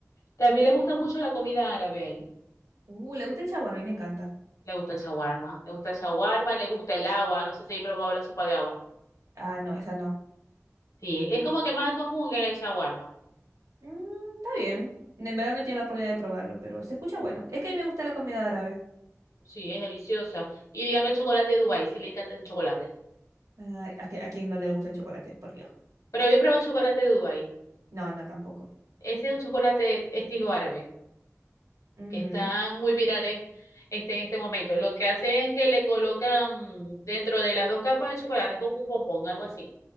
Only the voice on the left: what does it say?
También le gusta mucho la comida árabe a él.
Le gusta el shawarma, le gusta el shawarma, le gusta el haba, no sé si he probado la sopa de haba.
Sí, es como que más común el shawarma.
Sí, es deliciosa. Y dígame el chocolate de Dubái, si le encanta ese chocolate.
Pero había probado el chocolate de Dubái.
Ese es un chocolate estilo árabe.
que están muy virales este, en este momento. Lo que hace es que le colocan dentro de las dos capas de chocolate, es como un bombón, algo así.